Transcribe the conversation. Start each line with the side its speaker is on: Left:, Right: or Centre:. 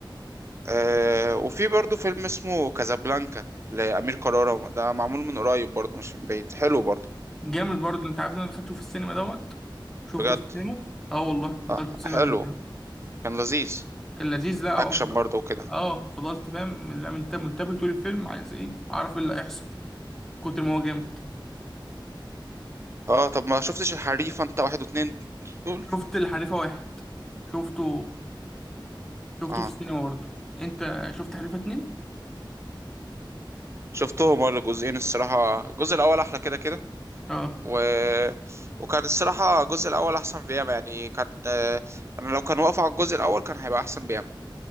Right: آه وفي برضو فيلم اسمه كازابلانكا لأمير كرارة ده معمول من قريب برضو مش من بعيد حلو برضو
Centre: جامد برضه انت عارف ان انا دخلته في السينما دوت شفته
Right: بجد
Centre: في السينما اه والله دخلته
Right: آه
Centre: في السينما
Right: حلو
Centre: كان جامد
Right: كان لذيذ
Centre: كان لذيذ لا هو
Right: أكشن
Centre: بقى.
Right: برضو وكده
Centre: اه فضلت فاهم لا، منت- منتبه طول الفيلم عايز ايه اعرف ايه اللي هيحصل كتر ما هو جامد
Right: اه طب ما شفتش الحريفة انت واحد واتنين دول
Centre: شفت الحريفه واحد شفته شفته
Right: اه
Centre: في السينما برضه انت شفت حريفه اتنين
Right: شفتهم اه الجزئين الصراحة الجزء الأول أحلى كده كده
Centre: اه
Right: و... وكان الصراحة الجزء الأول أحسن بياما يعني كان آه، أنا لو كان واقف على الجزء الأول كان هيبقى أحسن بياما